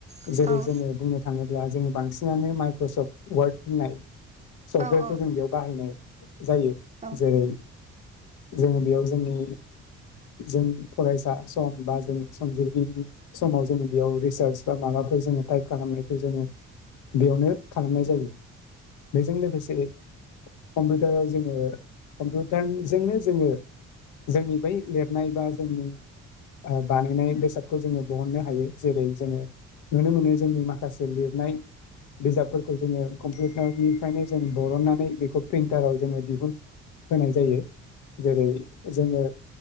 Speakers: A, on the right (about 25°); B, on the left (about 85°).
A: औ
B: जेरै जोङो बुंनो थाङोब्ला जोङो बांसिनानो माइक्रसफ्ट वार्ड होननाय सफ्टवेरखौ
A: औ औ
B: जों बेयाव बाहायनाय जायो
A: औ
B: जेरै जोङो बेयाव जोंनि जों फरायसा सम बा जों संजिरगिरि समाव जोङो बेयाव रिसार्च बा माबाफोर जोङो टाइप खालामनायखौ जोङो बेयावनो खालामनाय जायो बेजों लोगोसे कम्पिउटाराव जोङो कम्पिउटारनिजोंनो जोङो जोंनि बै लिरनाय बा जोंनि आ बानायनाय बेसादखौ जोङो बहननो हायो जेरै जोङो नुनो मोनो जोंनि माखासे लिरनाय बिजाबफोरखौ जोङो कम्पिउटारनिफ्रायनो जों बरननानै बेखौ प्रिन्टाराव जोङो दिहुन होनाय जायो। जेरै जोङो